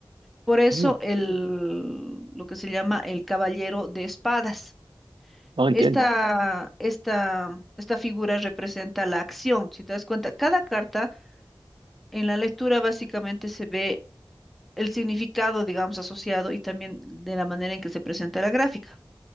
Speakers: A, in the centre; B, on the right.
A: Por eso
B: Mm,
A: el, lo que se llama el caballero de espadas.
B: No entiendo,
A: Esta, esta, esta figura representa la acción. Si te das cuenta, cada carta en la lectura básicamente se ve el significado, digamos, asociado y también de la manera en que se presenta la gráfica.